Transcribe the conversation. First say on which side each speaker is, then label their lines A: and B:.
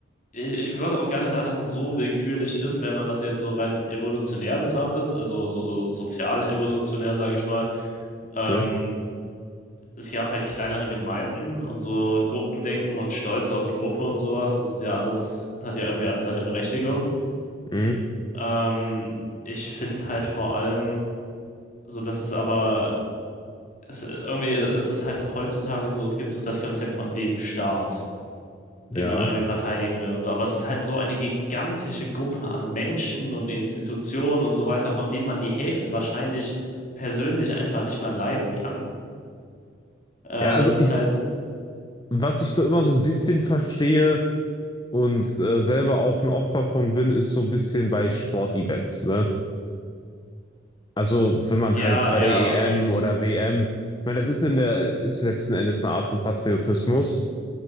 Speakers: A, on the left (about 40°); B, on the left (about 20°).
A: ich, ich würde auch gar nicht sagen, dass es so willkürlich ist, wenn man das jetzt so rein evolutionär betrachtet, also so, so sozial evolutionär, sage ich mal. Ähm,
B: okay.
A: es gab halt kleinere Gemeinden und so Gruppendenken und Stolz auf die Gruppe und sowas. Das ist ja alles, hat ja irgendwie alles eine Berechtigung.
B: Mhm.
A: Ähm, ich finde halt vor allem, so dass es aber, es, äh, irgendwie ist es halt heutzutage so, es gibt so das Konzept von dem Staat.
B: Ja.
A: den man irgendwie verteidigen will und so. Aber es ist halt so eine gigantische Gruppe an Menschen und Institutionen und so weiter, von denen man die Hälfte wahrscheinlich persönlich einfach nicht mal leiden kann. Äh,
B: Ja,
A: das
B: also
A: ist
B: ich,
A: halt,
B: was ich so immer so ein bisschen verstehe und äh, selber auch ein Opfer von bin, ist so ein bisschen bei Sportevents, ne? Also, wenn man
A: ja,
B: halt bei
A: ja,
B: der EM
A: okay.
B: oder WM, ich meine, das ist in der, ist letzten Endes eine Art von Patriotismus,